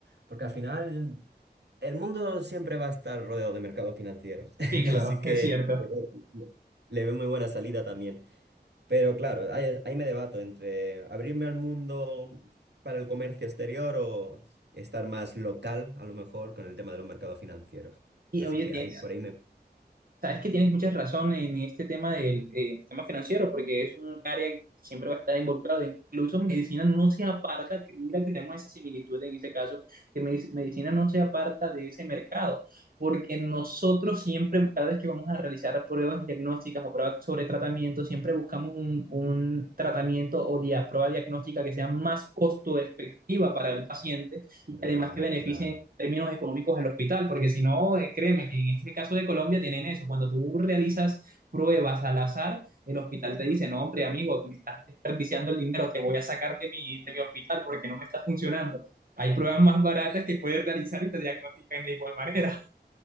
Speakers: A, on the right (about 75°); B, on the right (about 55°).
A: porque al final el mundo siempre va a estar rodeado de mercados financieros. <laughs>
B: Sí, claro,
A: Así que
B: <laughs> es cierto.
A: le veo le veo muy buena salida también. Pero claro, ahí, ahí me debato entre abrirme al mundo para el comercio exterior o estar más local, a lo mejor, con el tema de los mercados financieros.
B: Y
A: Así
B: oye,
A: que
B: tienes-
A: ahí por ahí me...
B: sabes que tienes muchas razón en este tema del eh, tema financiero, porque es un área que siempre va a estar involucrado. Incluso medicina no se aparta, que mira que tenemos esa similitud en este caso, que medic- medicina no se aparta de ese mercado, porque nosotros siempre, cada vez que vamos a realizar pruebas diagnósticas o pruebas sobre tratamiento, siempre buscamos un, un tratamiento o dia- prueba diagnóstica que sea más costo efectiva para el paciente y
A: Ah,
B: que además que beneficie
A: claro.
B: términos económicos al hospital, porque si no, eh, créeme que en este caso de Colombia tienen eso, cuando tú realizas pruebas al azar, el hospital te dice, no, hombre, amigo, me estás desperdiciando el dinero, te voy a sacar de mi, de mi hospital porque no me está funcionando. Hay pruebas más baratas que puedes realizar y te diagnostican de igual manera.